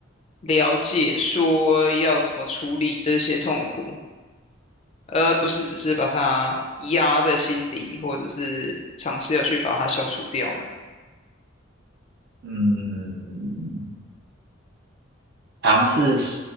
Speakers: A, on the left (about 30°); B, on the right (about 55°).
A: 了解说要怎么处理这些痛苦，而不是只是把它压在心底，或者是尝试要去把它消除掉呢？
B: 嗯。尝试